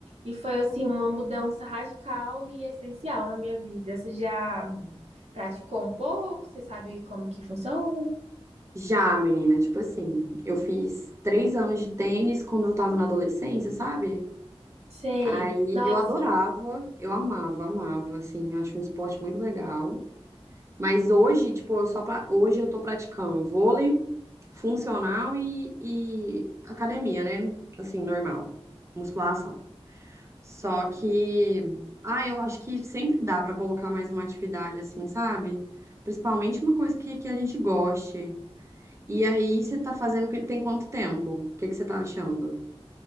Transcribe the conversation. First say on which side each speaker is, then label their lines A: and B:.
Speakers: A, on the right (about 80°); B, on the right (about 25°).
A: E
B: Ai,
A: foi
B: que
A: assim
B: maravilha.
A: uma mudança radical e essencial na minha vida. Você já
B: Hum.
A: praticou um pouco? Você sabe como que funciona?
B: Já, menina, tipo assim, eu fiz três anos de tênis quando eu tava na adolescência, sabe?
A: Sei.
B: Aí
A: Nossa,
B: eu adorava, eu amava, amava, assim, eu acho um esporte muito legal. Mas hoje, tipo, eu só pra... hoje eu tô praticando vôlei funcional e, e academia, né? Assim, normal, musculação. Só que, ah, eu acho que sempre dá pra colocar mais uma atividade, assim, sabe? Principalmente uma coisa que, que a gente goste. E aí você tá fazendo que- tem quanto tempo? O que que você tá achando?